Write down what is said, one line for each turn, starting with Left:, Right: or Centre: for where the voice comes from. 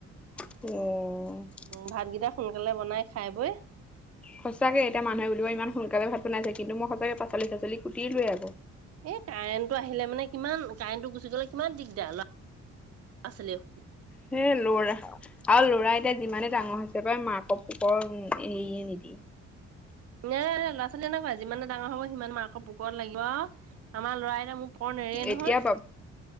Centre: অ।
Right: উম ভাতকেইটা সোনকালে বনাই খাই বৈ
Centre: সঁচাকে, এতিয়া মানুহে বুলিব ইমান সোনকালে ভাত বনাইছে কিন্তু মই সচাকে পচলি চাচলি কোটিলোৱেই আগ
Right: এই কাৰেণ্টটো আহিলে মানে কিমান কাৰেণ্টটো গুচি গ'লে কিমান দিগদাৰ ল ৰা - ছোৱালীও
Centre: সেই লৰা আৰু লৰা এতিয়া যিমানে ডাঙৰ হৈছে মাকৰ পকৰ এৰিয়ে নিদিয়ে।
Right: <inaudible> এ ল'ৰা- ছোৱালী এনেকুৱা যিমানে ডাঙৰ হব সিমান মাকৰ পুকুৰত লাগিব। আমাৰ ল'ৰা এটা মোক পকৰ নেৰে নহয়।
Centre: এতিয়া বাপ